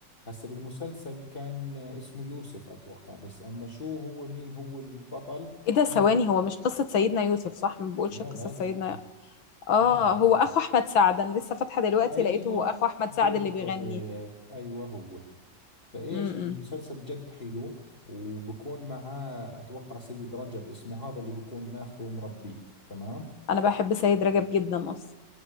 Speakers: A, on the left; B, on the left.
A: هسا بالمسلسل كان آه، اسمه يوسف أتوقع بس أما شو هو مين هو البطل
B: ايه ده ثواني
A: لا
B: هو مش قصة سيدنا يوسف صح؟ ما بقولش
A: لا
B: قصة
A: لا
B: سيدنا
A: لا, لا.
B: اه
A: لا.
B: هو اخو احمد سعد انا لسه فاتحة دلوقتي
A: أيوة
B: لقيته هو اخو احمد
A: بالضبط
B: سعد اللي بيغني
A: أيوة هو فايش
B: م -م.
A: المسلسل جد حلو وبكون معاه اتوقع سيد رجب اسمه هذا اللي بكون ماخذه ومربيه تمام
B: انا بحب سيد رجب جدا اصلا